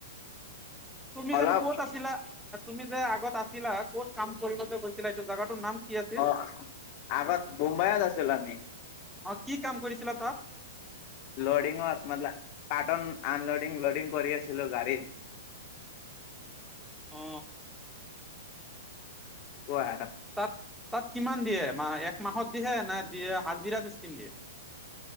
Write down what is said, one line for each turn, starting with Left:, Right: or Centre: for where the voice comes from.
Centre: তুমি জানো
Left: অলপ
Centre: ক'ত আছিলা তুমি যে আগত আছিলা ক'ত কাম কৰিব যে গৈছিলা এইটো জোগাটোৰ নাম কি আছিল
Left: অ আগত মুম্বাইত আছিল আমি
Centre: অ কি কাম কৰিছিলা তাত
Left: ল'ডিঙত মতলা কাৰ্টুন আনল'ডিং ল'ডিং কৰি আছিলোঁ গাড়ীত
Centre: অ
Left: কোৱা
Centre: তাত তাত কিমান দিয়ে মাহ এক মাহত দিয়ে নে দিয়ে হাজিৰা ছিষ্টেম দিয়ে।